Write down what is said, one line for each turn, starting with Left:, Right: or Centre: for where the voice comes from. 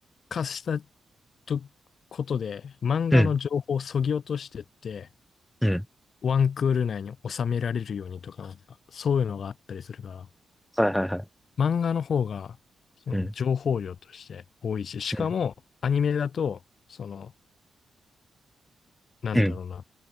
Left: 化したとことで、漫画の情報を削ぎ落としてって、
Centre: うん。うん。
Left: ワンクール内に収められるようにとか、なんかそういうのがあったりするから、
Centre: はいはいはい。
Left: 漫画の方が、その情報量として多いし、
Centre: うん。
Left: しかもアニメだと、
Centre: うん。
Left: その、なんだろうな、
Centre: うん。